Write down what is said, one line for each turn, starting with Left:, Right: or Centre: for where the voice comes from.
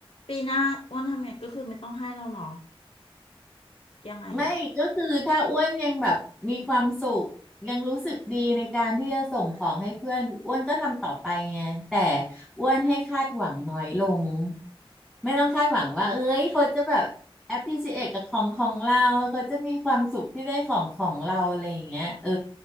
Left: ปีหน้าอ้วนทำไงก็คือไม่ต้องให้เราเนาะยังไงอ่ะ
Centre: ไม่ก็คือถ้าอ้วนยังแบบมีความสุขยังรู้สึกดีในการที่จะส่งของให้เพื่อนอ้วนก็ทำต่อไปไงแต่อ้วนให้คาดหวังน้อยลงไม่ต้องคาดหวังว่าเอ้ยเขาจะแบบ appreciate กับของของเราเขาจะมีความสุขที่ได้ของของเราอะไรอย่างเงี้ยเออ